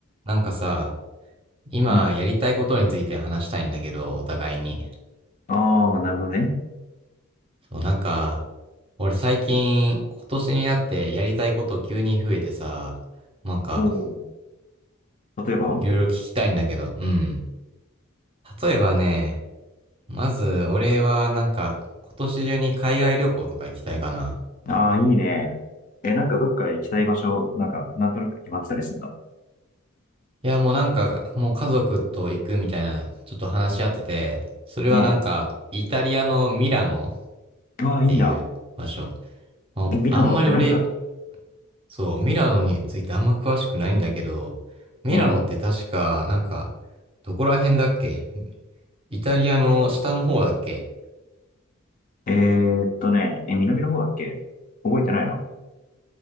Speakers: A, on the right; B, on the left.
A: なんかさ、今やりたいことについて話したいんだけど、
B: うん。
A: お互いに。
B: ああ、なるほどね。
A: そう、なんか、俺最近、今年になってやりたいこと急に増えてさ、なんか、
B: おお。例えば
A: いろいろ聞きたいんだけど、うん。例えばね、まず、俺はなんか、今年中に海外旅行とか行きたいかな。
B: ああー、いいね。え、なんかどっか行きたい場所、なんか、なんとなく決まってたりするんだ。
A: いや、もうなんか、もう家族と行くみたいな、ちょっと話し合ってて、それはなんか、
B: うん。
A: イタリアのミラノっ
B: うわあ、いいな。
A: ていう場所。もう、
B: え、ミラノって何があるの
A: あんまり俺、そう、ミラノについてあんま詳しくないんだけど、ミラノって確か、
B: うん。
A: なんか、どこら辺だっけイタリアの下の方だっけ
B: えーっとね、え、南の方だっけ覚えてないな。